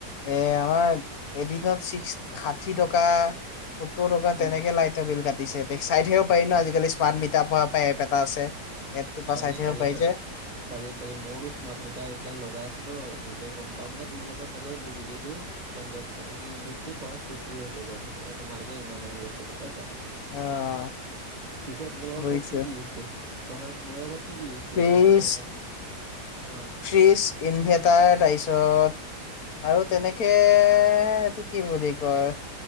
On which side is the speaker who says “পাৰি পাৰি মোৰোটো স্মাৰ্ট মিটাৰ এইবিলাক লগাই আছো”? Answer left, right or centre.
Right